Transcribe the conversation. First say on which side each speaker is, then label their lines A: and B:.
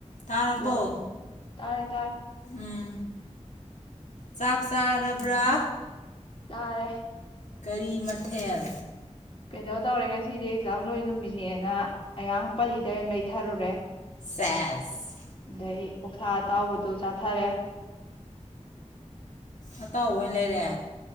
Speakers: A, on the left; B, on the left.
A: ꯇꯥꯔꯕꯣ
B: ꯍꯜꯂꯣ ꯇꯥꯔꯦ ꯇꯥꯔꯦ
A: ꯎꯝ ꯆꯥꯛ ꯆꯥꯔꯕ꯭ꯔꯥ
B: ꯆꯥꯔꯦ
A: ꯀꯔꯤ ꯃꯊꯦꯜ
B: ꯀꯩꯅꯣ ꯇꯧꯔꯦ ꯉꯁꯤꯗꯤ ꯑꯦꯛꯖꯥꯝ ꯂꯣꯏ ꯅꯨꯃꯤꯠꯅꯦꯅ ꯑꯌꯥꯡ ꯄꯜꯂꯤꯗꯩ ꯑꯣꯏꯅ ꯂꯩꯊꯔꯨꯔꯦ
A: ꯆꯦꯁ
B: ꯑꯗꯩ ꯑꯣꯛꯁꯥ ꯑꯇꯥꯎꯕꯗꯨ ꯆꯥꯊꯔꯦ
A: ꯑꯇꯥꯎꯕ ꯑꯣꯏꯅ ꯂꯩꯔꯦ